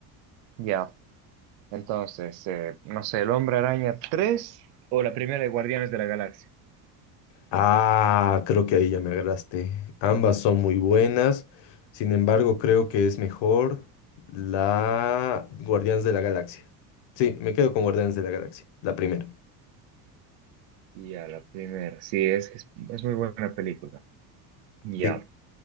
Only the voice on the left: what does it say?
Ah, creo que ahí ya me agarraste. Ambas son muy buenas. Sin embargo, creo que es mejor la Guardianes de la Galaxia. Sí, me quedo con Guardianes de la Galaxia, la primera.
Sí.